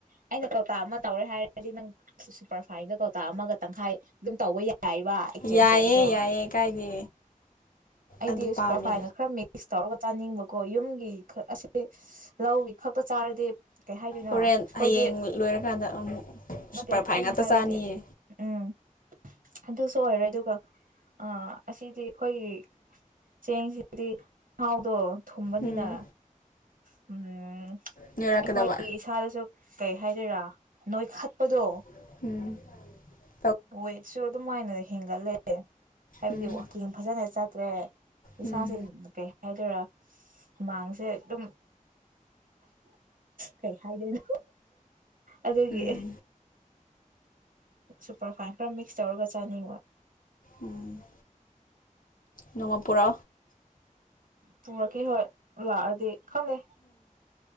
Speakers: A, on the right; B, on the left.
A: ꯑꯩꯅ ꯀꯧꯇ ꯑꯃ ꯇꯧꯔꯦ ꯍꯥꯏꯔꯗꯤ ꯅꯪ ꯁꯨꯄꯔ ꯐꯥꯏꯟꯗꯣ ꯀꯧꯇꯥ ꯑꯃꯒ ꯇꯪꯈꯥꯏ ꯑꯗꯨꯝ ꯇꯧꯕ ꯌꯥꯏ ꯌꯥꯏꯕ ꯑꯦꯛꯆꯦꯟꯖ
B: ꯌꯥꯏꯌꯦ
A: ꯇꯧꯕꯗꯣ
B: ꯌꯥꯏꯌꯦ ꯀꯥꯏꯗꯦ
A: ꯑꯩꯗꯤ
B: ꯑꯗꯨ ꯄꯥꯝꯃꯦ
A: ꯁꯨꯄꯔ ꯐꯥꯏꯟꯅ ꯈꯔ ꯃꯤꯛꯁ ꯇꯧꯔꯒ ꯆꯥꯅꯤꯡꯕꯀꯣ ꯌꯨꯝꯒꯤꯛ ꯑꯁꯤꯁꯦ ꯂꯧꯒꯤ ꯈꯛꯇ ꯆꯥꯔꯗꯤ ꯀꯩ ꯍꯥꯏꯗꯣꯏꯅꯣ
B: ꯍꯣꯔꯦꯟ
A: ꯑꯩꯈꯣꯏꯗꯤ
B: ꯍꯌꯦꯡ ꯂꯣꯏꯔꯀꯥꯟꯗ ꯑꯃꯨꯛ ꯁꯨꯄꯔ
A: ꯅꯠꯇꯦ
B: ꯐꯥꯏꯟ
A: ꯑꯩꯅ
B: ꯉꯥꯛꯇ
A: ꯍꯥꯏꯕꯗꯤ
B: ꯆꯥꯅꯤꯌꯦ
A: ꯎꯝ ꯑꯗꯨꯁꯨ ꯑꯣꯏꯔꯦ ꯑꯗꯨꯒ ꯑ ꯑꯁꯤꯗꯤ ꯑꯩꯈꯣꯏꯒꯤ ꯆꯦꯡꯁꯤꯗꯤ ꯃꯍꯥꯎꯗꯣ ꯊꯨꯝꯕꯅꯤꯅ
B: ꯎꯝ
A: <unintelligible>
B: ꯅꯣꯏꯔꯛꯀꯗꯕ
A: ꯑꯩꯈꯣꯏ ꯁꯗꯁꯨ ꯀꯩ ꯍꯥꯏꯗꯣꯏꯔꯥ ꯅꯣꯏ ꯈꯠꯄꯗꯣ
B: <inaudible>
A: ꯑꯣꯣꯏꯦꯁꯨ ꯑꯣ ꯑꯗꯨꯝ ꯍꯥꯏꯅꯗꯤ ꯍꯦꯟꯒꯜꯂꯦꯦ ꯍꯥꯏꯕꯗꯤ
B: ꯎꯝ
A: ꯋꯥꯋꯥꯛꯀꯤꯡ ꯐꯖꯅ ꯆꯠ ꯇ꯭ꯔꯦ ꯄꯁꯥꯁꯤ
B: ꯎꯝ
A: ꯀꯦ ꯍꯥꯏꯗꯣꯏꯔꯥ ꯍꯨꯃꯥꯡꯁꯦ ꯑꯗꯨꯝ ꯀꯩ ꯍꯥꯏꯗꯣꯏꯅꯣ ꯑꯗꯨꯒꯤ
B: ꯎꯝ
A: ꯁꯨꯄꯔ ꯐꯥꯏꯟ ꯈꯔ ꯃꯁꯧꯔꯒ ꯆꯅꯤ
B: ꯎꯝ ꯅꯣꯡꯃꯄꯥ
A: ꯄꯨꯔꯛꯀꯦ ꯍꯣꯏ ꯂꯥꯛꯑꯗꯤ ꯈꯪꯗꯦ